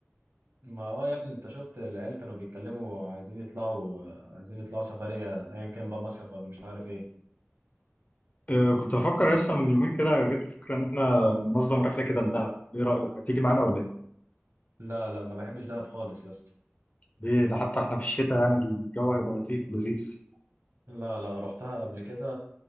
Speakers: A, on the right; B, on the left.
A: ما اه يا ابني انت شفت العيال كانوا بيتكلموا عايزين يطلعوا عايزين يطلعوا سفرية ايا كان بقى مصيف ولا مش عارف ايه
B: أه كنت بفكر يا اسطى من يومين كده جات لي فكره ان احنا ننظم رحله كده لدهب ايه رايك هتيجي معانا ولا ايه
A: لا لا ما بحبش دهب خالص يا اسطى
B: ليه ده حتى احنا في الشتاء يعني الجو هيبقى لطيف ولذيذ
A: لا لا رحتها قبل كده